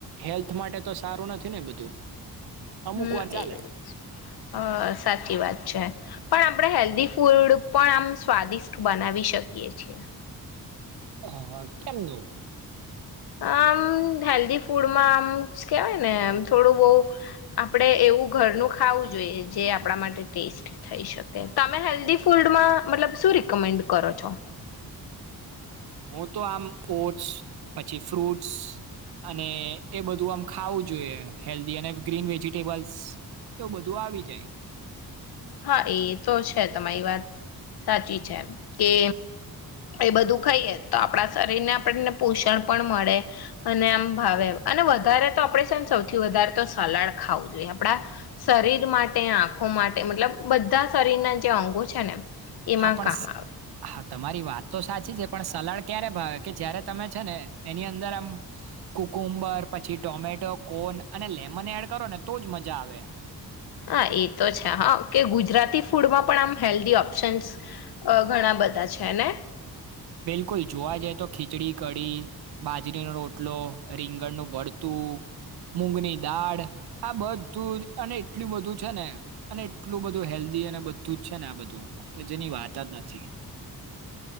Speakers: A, on the right (about 80°); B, on the left (about 75°).
A: હેલ્થ માટે તો સારું નથી ને બધું. અમુક
B: હમ
A: વાર ચાલે
B: એ જ અ સાચી વાત છે પણ આપડે હેલ્ધી ફૂડ પણ આમ સ્વાદિષ્ટ બનાવી શકીએ છીએ.
A: હ કેમનું?
B: આમ હેલ્ધી ફૂડમાં આમ કેવાય ને થોડું બઉ આપડે એવું ઘરનું ખાવું જોઈએ જે આપડા માટે ટેસ્ટ થઈ શકે તમે હેલ્ધી ફૂડમાં મતલબ શું રિકમેન્ડ કરો છો?
A: હું તો આમ ઓટ્સ પછી ફ્રુટ્સ અને એ બધું આમ ખાવું જોઈએ હેલ્ધી અને ગ્રીન વેજીિટેબલ્સ એવું બધું આવી જાય.
B: હા એ તો છે તમારી વાત સાચી છે કે એ બધું ખાઈએ તો આપડા શરીરને આપણને પોષણ પણ મળે અને આમ ભાવે અને વધારે તો આપડે છે ને સૌથી વધારે તો સલાડ ખાવું જોઈએ આપડા શરીર માટે આંખો મા તે મતલબ બધા શરીરના જે અંગો છે ને એમાં
A: હા પણ
B: કામ આવે
A: હા તમારી વાત તો સાચી છે પણ સલાડ ક્યારે ભાવે કે જયારે તમે છે ને એની અંદર આમ કુકુંબર પછી ટોમેટો કોન અને લેમન એડ કરો ને તો જ મજા આવે
B: હા એ તો છે હા કે ગુજરાતી ફૂડમાં પણ આમ હેલ્ધી ઓપ્શન્સ ઘણા બધા છે ને
A: બિલકુલ જોવા જઈ તો ખીચડી કઢી બાજરીનો રોટલો રીંગણનું ભરતું મૂગની દાળ આ બધું જ અને એટલું બધું છે ને અને એટલું બધું હેલ્ધી અને બધું જ છે ને આ બધું કે જેની વાત જ નથી